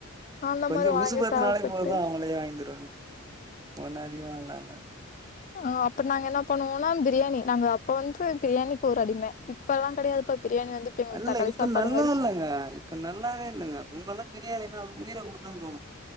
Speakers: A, on the left; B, on the right.
A: அந்த
B: கொஞ்சோ
A: மாரி
B: ஊசுப்பேத்துனலே
A: வாங்கி சாப்புட்டு
B: போது அவுங்கலே வாங்கி தருவாங்க ஒண்ணு அதிகமால இல்ல
A: ம் அப்ப நாங்க என்ன பண்ணுவோன ப்ரியாணி நாங்க அப்பே வந்து ப்ரியாணிக்கு ஒரு அடிம இப்போல்லா கெடையாதுப்பா ப்ரியாணி வந்து இப்ப எங்களுக்கு
B: இல்லல்ல
A: தக்காளி
B: இப்ப
A: சாப்பாடு
B: நல்லா
A: மாரி
B: இல்லங்க இப்ப நல்லாவே இல்லங்க முன்னொல்லா ப்ரியாணினா உயிர குடுக்குனு தோணு